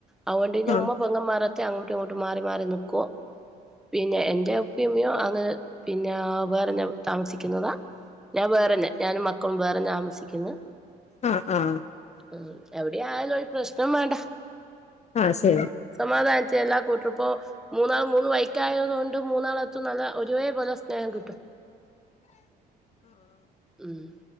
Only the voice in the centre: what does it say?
അതുകൊണ്ട് പിന്നെ
ഉമ്മ പെ ങ്ങമാരെട്ത്തെ അങ്ങോട്ടും ഇങ്ങോട്ടും മാറി മാറി നിക്കും പിന്നെ എന്റെ ഉപ്പിംഉമ്മിയൂം അങ്ങ് പിന്നാ വേറെ ഞ താമസിക്കുന്നതാ ഞാൻ വേറെന്നെ ഞാൻ മക്കളും വേറെ താമസിക്കുന്ന്
മ്മ് എവിടെ ആയാലും ഒര് പ്രശ്നം വേണ്ട
സമാധാനത്തി എല്ലാ കൂട്ടരുപ്പോ മൂന്നാൾ മൂന്ന് വൈക്കായത് കൊണ്ട് മൂന്നാളത്തും നല്ല ഒരുവേ പോലെ സ്നേഹം കിട്ടും മ്മ്